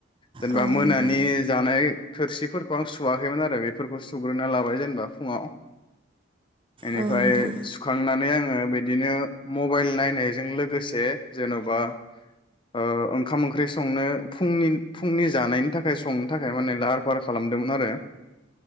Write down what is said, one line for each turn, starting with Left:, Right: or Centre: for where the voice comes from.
Left: जेनेबा
Right: औ
Left: मोनानि
Right: नोंथां
Left: जानाय थोरसिफोरखौ आं सुवाखैमोन आरो बेफोरखौ सुग्रोना लाबाय जेनेबा फुङाव इनिफ्राय
Right: औ नोंथां
Left: सुखांनानै आङो बिदिनो मबाइल नायनायजों लोगोसे जेन'बा ओ ओंखाम ओंख्रि संनो फुंनि फुंनि जानायनि थाखाय संनो थाखाय माने लाहार फाहार खालामदोंमोन आरो।